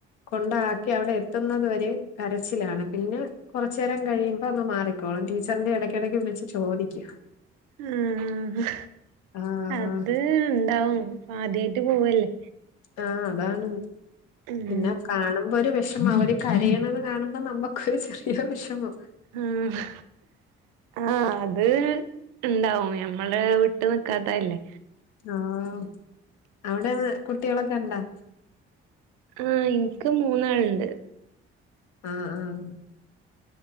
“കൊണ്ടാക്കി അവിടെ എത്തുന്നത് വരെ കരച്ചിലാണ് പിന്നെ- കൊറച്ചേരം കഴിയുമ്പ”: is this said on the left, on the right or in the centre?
Left